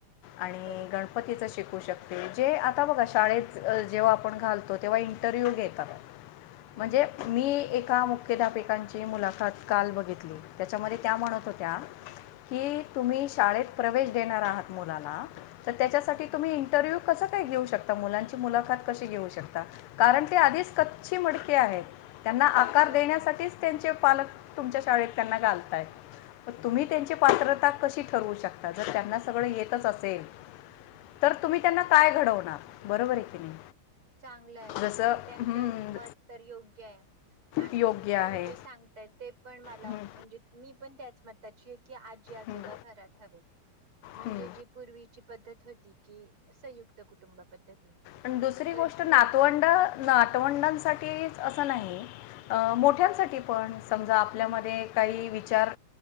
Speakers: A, on the left; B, on the right.
A: आणि
B: बरोबर.
A: गणपतीचं शिकू शकते जे आता बघा शाळेत जेव्हा आपण घालतो तेव्हा इंटरव्यू घेतात
B: हं,
A: म्हणजे मी एका मुख एकमेकांचे मुलाखत काल बघितली त्याच्यामध्ये त्या म्हणत
B: हं, हं,
A: होत्या की तुम्ही शाळेत प्रवेश देणार आहात मुलाला तर त्याच्यासाठी
B: हं
A: तुम्ही इंटरव्यू कसं काय घेऊ शकता मुलांची मुलाखत कशी घेऊ शकता कारण ते आधीच कच्ची मडके आहेत त्यांना आकार
B: बरं.
A: देण्यासाठी त्यांचे पालक तुमच्या शाळेत त्यांना घालताय तुम्ही
B: हं,
A: त्यांची पात्रता तशी ठरू शकता जर त्यांना सगळे येतच असेल तर
B: हं
A: तुम्ही त्यांना काय घडवणार बरोबर आहे की नाही
B: चांगलंय
A: जसं
B: म्हणजे त्यांचं
A: हं,
B: मत तर योग्य आहे आणि
A: योग्य आहे
B: तुम्ही जे सांगताय ते पण मला
A: हं,
B: म्हणजे मी पण त्याच मताची आहे की आजी आजोबा
A: हम्म,
B: घरात हवे म्हणजे
A: हम्म,
B: जी पूर्वीची पद्धत होती की संयुक्त कुटुंब पद्धती
A: आणि दुसरी
B: तर
A: गोष्ट
B: ती
A: नातवंड नातवंडांसाठी अस नाही मोठ्यांसाठी पण समजा
B: हं,
A: आपल्यामध्ये
B: हं.
A: काही विचार